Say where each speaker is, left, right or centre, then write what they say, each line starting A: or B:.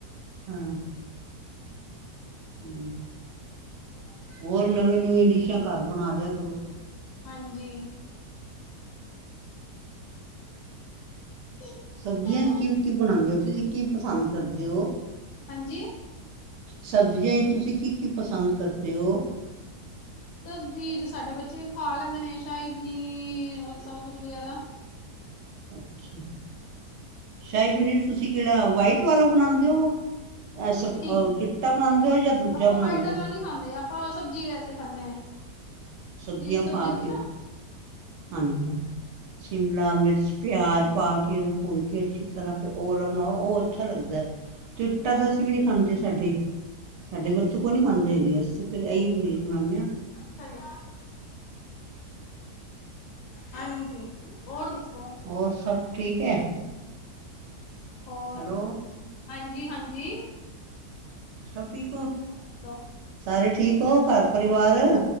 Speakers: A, on the right; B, on the left.
A: ਹਾਂ।
B: ਹਾਂਜੀ।
A: ਹੂ
B: ਹੋਰ
A: ਹੋਰ ਨਵੀਂ ਨਵੀਂ ਡਿਸ਼ਾਂ ਘਰ ਬਣਾ ਲਿਆ ਕਰੋ।
B: ਹਾਂਜੀ <inaudible> ਹੋਰ
A: ਸਬਜ਼ੀਆਂ
B: ਦੱਸੋ
A: ਚ ਕੀ ਕੀ ਬਣਾਉਂਦੇ ਹੋ ਤੁਸੀਂ ਕੀ ਪਸੰਦ ਕਰਦੇ ਹੋ!
B: ਹਾਂਜੀ
A: ਸਬਜ਼ੀਆਂ ਹੀ ਤੁਸੀਂ ਕੀ ਕੀ ਪਸੰਦ ਕਰਦੇ ਹੋ?
B: ਸਬਜ਼ੀ ਤੇ ਸਾਡੇ ਬੱਚੇ ਖਾ ਲੈਂਦੇ ਨੇ ਸ਼ਾਹੀ ਪਨੀਰ ਸਭ ਕੁਛ ਵਗੈਰਾ
A: ਅੱਛਾ ਸ਼ਾਹੀ ਪਨੀਰ ਤੁਸੀਂ ਕਿਹੜਾ ਵਾਈਟ ਵਾਲਾ ਬਣਾਉਂਦੇ ਹੋ!
B: ਨਹੀਂ
A: ਐਸ ਉਹ
B: ਨਹੀਂ
A: ਚਿੱਟਾ ਬਣਾਉਂਦੇ ਹੋ ਜਾਂ ਦੂਜਾ
B: ਆਪਾਂ
A: ਬਣਾਉਂਦੇ
B: ਵਾਈਟ ਆਲਾ
A: ਹੋ।
B: ਖਾਂਦੇ ਆਪਾਂ ਸਬਜ਼ੀ ਵੈਸੇ ਖਾਨੇ ਆ
A: ਸਬਜ਼ੀਆਂ
B: ਜਿ ਸਬਜ਼ੀ
A: ਪਾ
B: ਹੁੰਦੀ
A: ਕੇ
B: ਨਾ
A: ਹਾਂਜੀ ਹਾਂ ਸ਼ਿਮਲਾ ਮਿਰਚ ਪਿਆਜ਼ ਪਾ ਕੇ ਉਹਨੂੰ ਭੁੰਨ ਕੇ ਅੱਛੀ ਤਰ੍ਹਾਂ ਫਿਰ ਉਹ ਵਾਲਾ ਬਣਾਓ ਉਹ ਅੱਛਾ ਲੱਗਦਾ ਹੈ।
B: ਹਾਂਜੀ
A: ਚਿੱਟਾ ਤਾਂ
B: ਹਾਂਜੀ
A: ਅਸੀਂ ਵੀ ਨੀ ਖਾਂਦੇ ਸਾਡੇ। ਸਾਡੇ
B: ਨਹੀਂ
A: ਬੱਚੇ
B: ਜੀ
A: ਕੋ ਨੀ ਖਾਂਦੇ ਹੈਗੇ ਅਸੀਂ ਫਿਰ ਐਹੀਓ ਪਨੀਰ ਬਣਾਨੇ ਆ।
B: ਸਹੀ ਹਾਂਜੀ ਹੋਰ ਦੱਸੋ?
A: ਹੋਰ ਸਭ ਠੀਕ ਹੈ?
B: ਹੋਰ
A: ਹੈਲੋ।
B: ਹਾਂਜੀ ਹਾਂਜੀ।
A: ਸਭ ਠੀਕ ਹੋ
B: ਹੋਰ ਦੱਸੋ?
A: ਸਾਰੇ ਠੀਕ ਹੋ ਘਰ ਪਰਿਵਾਰ!